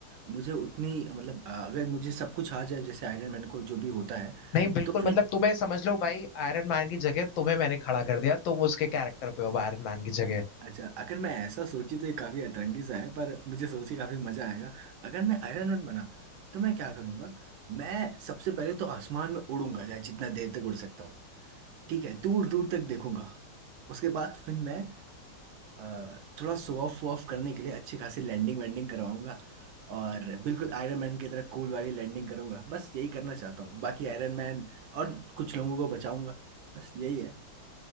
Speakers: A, on the right; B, on the left.
A: मुझे उतनी मतलब अ, अगर मुझे सब कुछ आ जाए जैसे आयरन मैन को जो भी होता है
B: नहीं बिल्कुल
A: तो फिर
B: मतलब तुम्हें समझ लो भाई आयरन मैन की जगह तुम्हें मैंने खड़ा कर दिया तुम उसके कैरेक्टर पे हो आयरन मैन की जगह
A: अच्छा अगर मैं ऐसा सोची तो ये काफी अतरंगी सा है पर मुझे सोच के काफी मजा आएगा अगर मैं आयरन मैन बना तो मैं क्या करूंगा मैं सबसे पहले तो आसमान में उड़ूंगा चाहे जितना देर तक उड़ सकता हूँ ठीक है दूर दूर तक देखूंगा उसके बाद फिर मैं अ, थोड़ा शो ऑफ ऑफ करने के लिए अच्छी खासी लैंडिंग वैंडिंग करवाऊंगा और बिल्कुल आयरन मैन की तरह कूल वाली लैंडिंग करूंगा बस यही करना चाहता हूँ बाकी आयरन मैन और कुछ लोगों को बचाऊंगा बस यही है